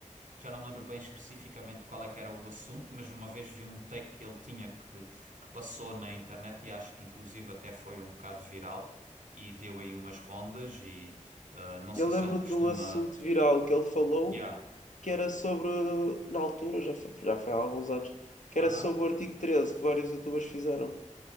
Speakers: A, on the right; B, on the left.
A: Já não me lembro bem especificamente qual é que era o assunto, mas uma vez vi um take que ele tinha que, que passou na internet e acho que inclusive até foi um bocado viral e deu aí umas rondas e ah, não sei
B: Eu lembro-me
A: se ele costuma.
B: de um assunto viral que ele falou.
A: Yeah.
B: que era sobre, na altura, já foi, já foi há alguns anos, que
A: Aham.
B: era sobre o artigo treze que vários youtubers fizeram.